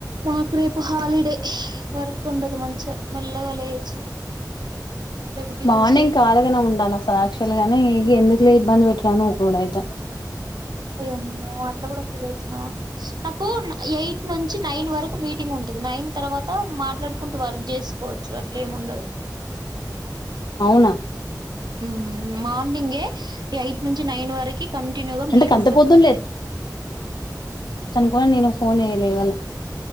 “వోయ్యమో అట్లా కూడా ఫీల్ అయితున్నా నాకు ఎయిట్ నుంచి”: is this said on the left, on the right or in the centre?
Right